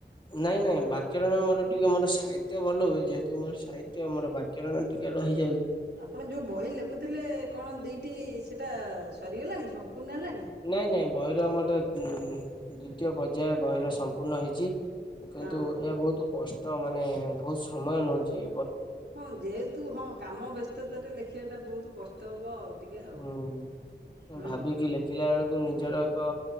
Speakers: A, on the left; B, on the right.
A: ନାଇଁ ନାଇଁ ବାକ୍ୟରଣ ମୋର ଟିକେ ମୋର ସାହିତ୍ୟ ଭଲ ହୁଏ, ଯେହେତୁ ମୋର ସାହିତ୍ୟ ମୋର ବାକ୍ୟରଣ ଟିକେ ରହିଛ
B: ଆପଣ ଯଉ ବହି ଲେଖୁଥିଲେ, କଣ ଦିଟି ସେଇଟା ସରିଗଲାଣି? ସମ୍ପୂର୍ଣ୍ଣ ହେଲାଣି
A: ନାଇଁ ନାଇଁ ଭୟର ଆମ ତ ଉଁ ଦ୍ଵିତୀୟ ପର୍ଯ୍ୟାୟ ବହିର ସମ୍ପୂର୍ଣ୍ଣ ହେଇଚି। କିନ୍ତୁ
B: ହଁ
A: ଏହା ବହୁତ କଷ୍ଟ। ତ ମାନେ ବହୁତ ସମୟ ନଉଚି।
B: ହଁ ଯେହେତୁ ହଁ କାମ ବ୍ୟସ୍ତତାରେ ଲେଖିବା ଟା ବହୁତ କଷ୍ଟ ହବ ଆଉ। ଟିକେ ଆଉ
A: ହୁଁ ହୁ
B: ହୁଁ
A: ଆ ଭାବିକି ଲେଖିଲା ବେଳକୁ ନିଜର ର